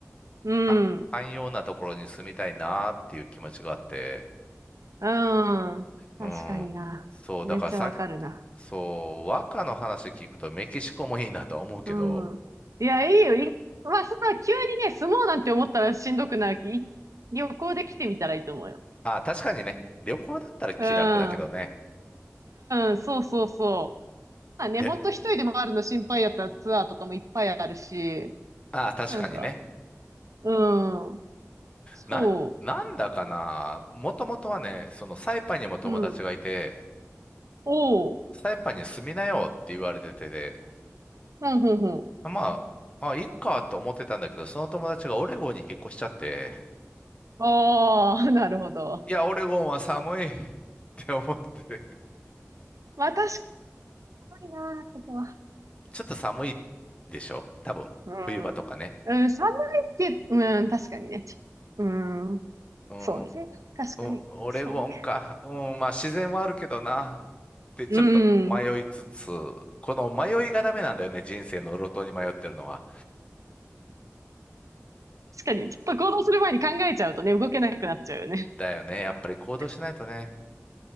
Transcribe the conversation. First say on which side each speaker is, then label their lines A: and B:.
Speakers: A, on the right; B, on the left.
A: うん。
B: か寛容なところに住みたいなっていう気持ちがあって、
A: うん確かにな。
B: うん。そう、
A: めっちゃわかるな。
B: だからさ、そう、和歌の話聞くとメキシコもいいなとは思うけど、
A: うん。いや、いいよ。いまあ、そんな急にね、住もうなんて思ったらしんどくなるき、旅行で来てみたらいいと思うよ。
B: あ、確かにね、旅行だったら気楽だけどね。
A: うん。うん、そうそうそう。まあね、
B: で、
A: ほんと一人で回るの心配やったらツアーとかもいっぱいあるし、
B: あ、確かにね。
A: なんか、うん、そ
B: な、なんだかな、もともとはね、そのサイパンにも友達がいて、
A: う、うん、おう、
B: サイパンに住みなよって言われてて、
A: ほんほんほん。
B: まあ、あ、いっかと思ってたんだけど、その友達がオレゴンに引っ越しちゃって、
A: ああ、<laughs> なるほど。
B: いや、オレゴンは寒い <laughs> って思って。
A: まあ確かにな、そこは。
B: ちょっと寒いでしょ多分。
A: うん、
B: 冬場とかね。
A: うん、寒いって、うん、確かにね。うん、
B: うん、
A: そうね。確かに、
B: うん、オレゴンか。
A: そうね。
B: うん、まあ自然はあるけどな。ってちょっと迷いつつ、
A: うん、
B: この迷いがダメなんだよね。人生の路頭に迷ってるのは。
A: 確かに、ちょっと行動する前に考えちゃうとね、動けなくなっちゃうよね。
B: だよね。やっぱり行動しないとね。
A: <laughs>